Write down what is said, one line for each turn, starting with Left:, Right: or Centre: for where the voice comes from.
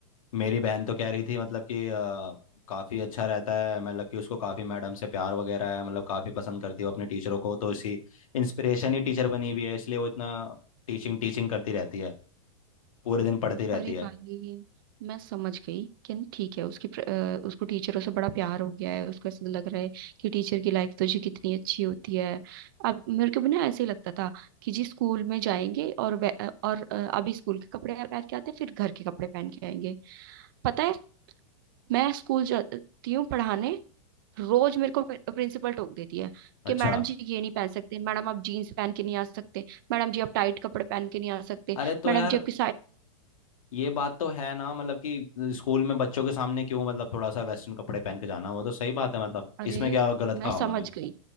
Left: मेरी बहन तो कह रही थी मतलब कि अ, काफ़ी अच्छा रहता है मतलब कि उसको काफ़ी मैडम से प्यार वगैरह है मतलब काफ़ी पसंद करती है वो अपने टीचरों को तो इसी इंस्पिरेशन ही टीचर बनी हुई है इसलिए वो इतना टीचिंग टीचिंग करती रहती है पूरे दिन पढ़ती रहती
Right: अरे
Left: है
Right: भाई मैं समझ गई कि न ठीक है उसकी प्र- अ, उसको टीचरों से बड़ा प्यार हो गया है उसको ऐसा लग रहा है कि टीचर की लाइफ तो जी कितनी अच्छी होती है अब मेरे को भी ना ऐसे ही लगता था कि जी स्कूल में जाएंगे और वे- अ, और अ, अभी स्कूल के कपड़े पहन के आते फिर घर के कपड़े पहन के आएंगे पता है मैं स्कूल जाती हूँ पढ़ाने रोज मेरे को प्रि- प्रिंसिपल टोक देती है
Left: अच्छा
Right: कि मैडम जी ये नहीं पहन सकते मैडम आप जीन्स पहन के नहीं आ सकते मैडम जी आप टाइट कपड़े पहन के नहीं आ सकते
Left: अरे तो
Right: मैडम
Left: यार
Right: जी आपकी
Left: ये बात तो है ना मतलब कि स्कूल में बच्चों के सामने क्यों मतलब थोड़ा सा वेस्टर्न कपड़े पहन के जाना वो तो सही बात है मतलब
Right: अरे
Left: इसमें क्या गलत
Right: मैं
Left: कहा
Right: समझ
Left: उन्होंने
Right: गई